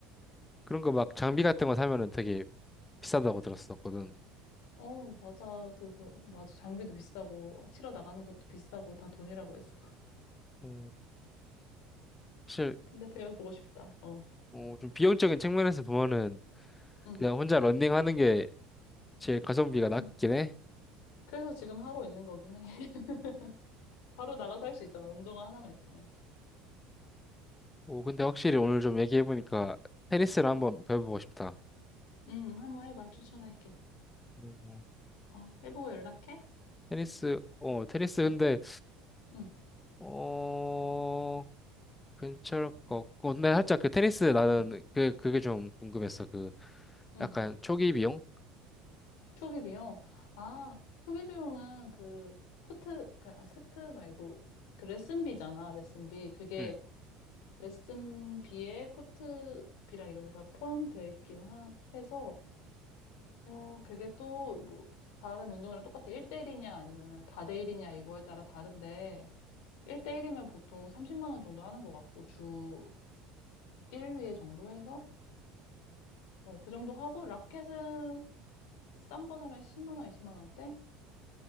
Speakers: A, on the left; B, on the left.
A: 그런 거 막 장비 같은 거 사면은 되게 비싸다고 들었었거든.
B: 어 맞아 그거 맞아 장비도 비싸고 치러 나가는 것도 비싸고 다 돈이라고 했어.
A: 어, 사실
B: 근데 배워보고 싶다. 어.
A: 어, 좀 비용적인 측면에서 보면은
B: 응,
A: 그냥 혼자 런닝하는 게 제일 가성비가 낮긴
B: 응.
A: 해.
B: 그래서 지금 하고 있는 거긴 해. <laughs> 바로 나가서 할 수 있잖아. 운동화 하나만 있으면.
A: 오, 근데 확실히 오늘 좀 얘기해보니까 테니스를
B: 어.
A: 한번 배워보고 싶다.
B: 응, 한번 해봐. 추천할게.
A: 음.
B: 어, 해보고 연락해.
A: 테니스, 어, 테니스
B: 응.
A: 근데,
B: 응,
A: 어, 괜찮을 것 같고. 근데 살짝 그 테니스 나는
B: 응,
A: 그, 그게 좀 궁금했어. 그,
B: 응.
A: 약간 초기 비용?
B: 초기 비용. 아, 초기 비용은 그 코트, 그, 아, 코트 말고 그 레슨비잖아. 레슨비. 그게
A: 응.
B: 레슨비에 코트비랑 이런 게 다 포함되어 있긴 하, 해서 어, 그게 또, 뭐, 다른 운동이랑 똑같아. 1대1이냐, 아니면 다대1이냐, 이거에 따라 다른데, 1대1이면 보통 30만 원 정도 하는 것 같고, 주 1회 정도 해서, 어, 그 정도 하고, 라켓은 싼 거 사면 10만 원, 20만 원대?